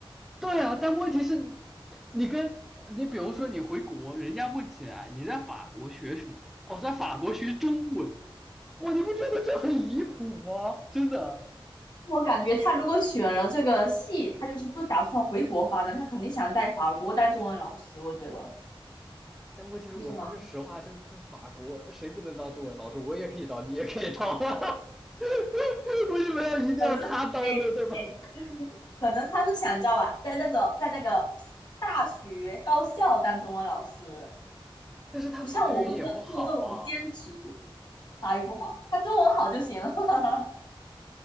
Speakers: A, in the centre; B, on the left.
A: 对啊，但问题是，你跟你比如说你回国，人家问起来你在法国学什么？哦我在法国学中文。哇，你不觉得这很离谱吗？真的。
B: 我感觉他如果选了这个系，他就是不打算回国发展，他肯定想在法国当中文老师，我觉得，
A: 但问题是，
B: 不是吗？
A: 我说句实话，这这法国谁不能当中文老师？我也可以当，你也可以当啊。<laughs> 为什么要一定要他当呢？
B: 可能，哎哎，
A: 对吧？
B: 可能他是想你知道吧，在那种在那个大学高校当中文老师，
A: 但是他法语也不好啊。
B: 不像我们这样做这种兼职，法语不好，他中文好就行了。<laughs>